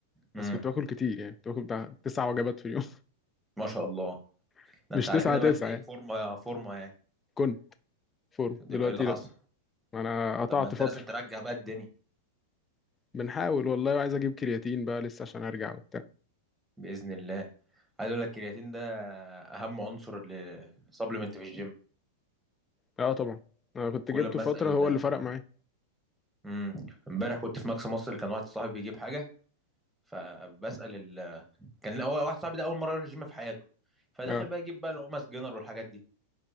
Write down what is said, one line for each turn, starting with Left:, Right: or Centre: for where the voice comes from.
Centre: امم
Left: بس كنت باكل كتير يعني كنت باكل بتاع تسع وجبات في اليوم
Centre: ما شاء الله
Left: <laughs>
Centre: ده
Left: مش
Centre: انت على
Left: تسعة
Centre: كده
Left: تسعة
Centre: بقى تلاقيك
Left: يعني
Centre: فورمه فورمه يعني
Left: كنت فورم
Centre: تقدر-
Left: دلوقتي
Centre: ايه اللي حصل
Left: لا انا قطعت
Centre: طب ما انت
Left: فترة
Centre: لازم ترجع بقى الدنيا
Left: بنحاول والله وعايز اجيب كرياتين بقى لسه عشان ارجع وبتاع
Centre: باذن الله عايز اقول لك الكرياتين ده اهم عنصر لسبلمنت في الجيم
Left: اه طبعا انا كنت جبته
Centre: كل ما
Left: فترة
Centre: اسال
Left: هو اللي فرق معايا
Centre: امم امبارح كنت في ماكس مصر كان واحد صاحبي بيجيب حاجه فبسال ال... كان هو واحد صاحبي ده اول مره يروح الجيم في حياته فداخل
Left: اه
Centre: بقى يجيب بقى القمص جنر والحاجات دي